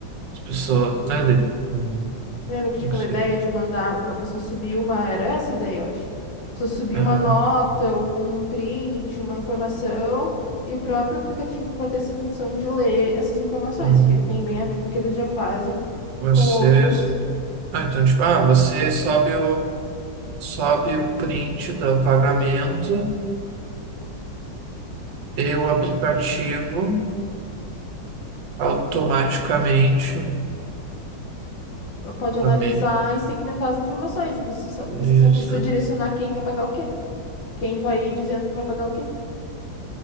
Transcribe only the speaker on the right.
as pessoas. Ah, de... hum,
como
é que seria?
Aham.
aham.
Vocês.
Ah, então, tipo, ah, você sobe o. Sobe o print do pagamento. E o aplicativo automaticamente
também.
Beleza.